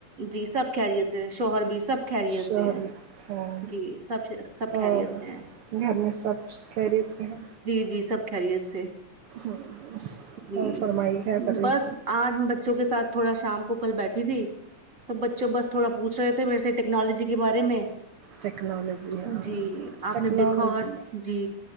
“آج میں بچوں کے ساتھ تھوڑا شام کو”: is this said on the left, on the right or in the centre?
Right